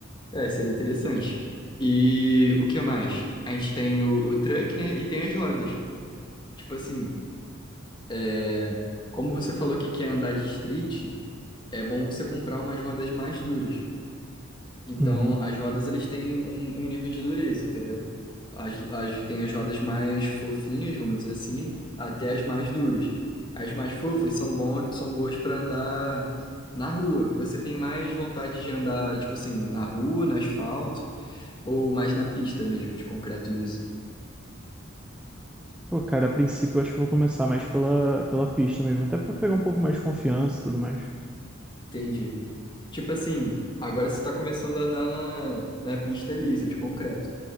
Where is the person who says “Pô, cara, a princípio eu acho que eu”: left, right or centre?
Centre